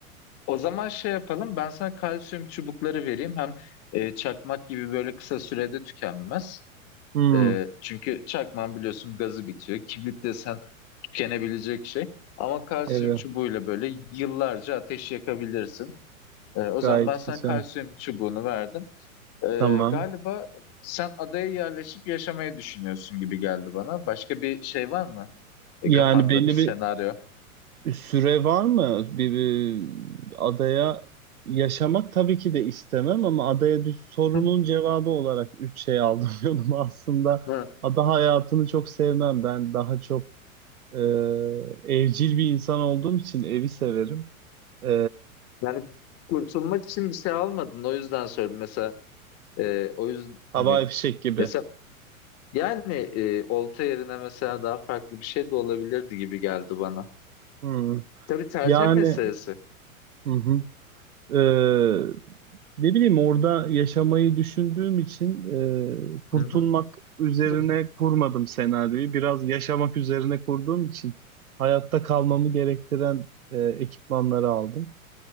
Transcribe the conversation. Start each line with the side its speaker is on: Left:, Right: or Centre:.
Left: o zaman şey yapalım ben sana kalsiyum çubukları vereyim. Hem e, çakmak gibi böyle kısa sürede tükenmez.
Right: Hmm,
Left: Ee, çünkü çakman biliyorsun gazı bitiyor. Kibrit desen tükenebilecek şey. Ama kalsiyum
Right: evet
Left: çubuğuyla böyle yıllarca ateş yakabilirsin. Ee, o
Right: gayet
Left: zaman ben sana
Right: güzel.
Left: kalsiyum çubuğunu verdim. Ee,
Right: Tamam.
Left: galiba sen adaya yerleşip yaşamayı düşünüyorsun gibi geldi bana. Başka bir şey var mı? e,
Right: Yani
Left: kafanda
Right: belli
Left: bir senaryo.
Right: bir Süre var mı? Bir, bir adaya yaşamak tabii ki de istemem ama adaya düş sorunun
Left: Hı.
Right: cevabı olarak üç şey aldım <laughs> yanıma aslında.
Left: Hı.
Right: Ada hayatını çok sevmem. Ben daha çok e, evcil bir insan olduğum için evi severim. E,
Left: Yani kurtulmak için bir şey almadın. O yüzden söyledim. Mesela e, o yüzden
Right: havai
Left: hani
Right: fişek gibi.
Left: mesela yani e, olta yerine mesela daha farklı bir şey de olabilirdi gibi geldi bana.
Right: Hı.
Left: Tabii tercih
Right: Yani
Left: meselesi.
Right: hı hı. Ee, ne bileyim orada yaşamayı düşündüğüm için e, kurtulmak
Left: Hı hı.
Right: üzerine
Left: <laughs>
Right: kurmadım senaryoyu. Biraz yaşamak üzerine kurduğum için hayatta kalmamı gerektiren e, ekipmanları aldım.